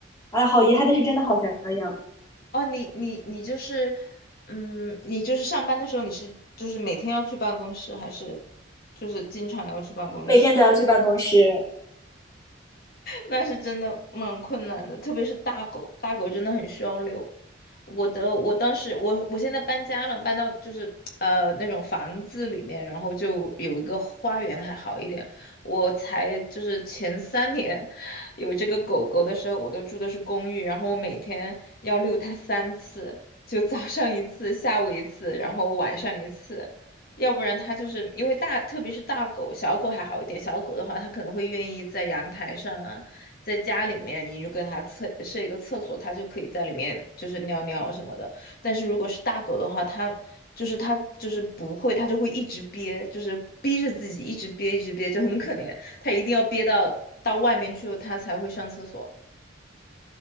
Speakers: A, on the left; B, on the left.
A: 哎，好遗憾，但是真的好想养，
B: 哦，你你你就是，嗯，你就是上班的时候你是就是每天要去办公室，还是就是经常要去办公室？
A: 每天都要去办公室。
B: 那是真的蛮困难的，特别是大狗，大狗真的很需要遛。我的，我当时，我我现在搬家了，搬到就是呃那种房子里面，然后就有一个花园还好一点。我才就是前三年有这个狗狗的时候，我都住的是公寓，然后我每天要遛它三次，就早上一次，下午一次，然后晚上一次。要不然它就是因为大，特别是大狗，小狗还好一点。小狗的话，它可能会愿意在阳台上啊，在家里面，你就跟它厕设一个厕所，它就可以在里面就是尿尿什么的。但是如果是大狗的话，它就是它就是不会，它就会一直憋，就是逼着自己一直憋一直憋，就很可怜。它一定要憋到到外面去，它才会上厕所。